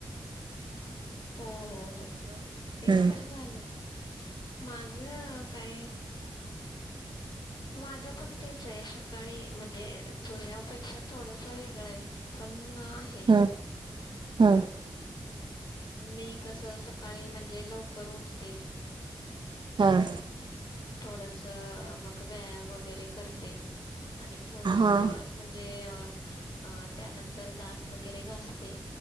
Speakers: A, on the left; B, on the right.
A: हो. हो. हो. ते
B: हम्म
A: तर झालं. माझ. काय. माझ पण तेच आहे. सकाळी म्हणजे तुझ्यापेक्षा थोडस वेगळं आहे पण. आहे.
B: हम्म हम्म
A: मी कसं सकाळी म्हणजे लवकर उठते.
B: हां
A: थोडस मग व्यायाम वगैरे करते. आणि थोडस
B: हां
A: म्हणजे अ. अ त्यानंतर दात वगैरे घासते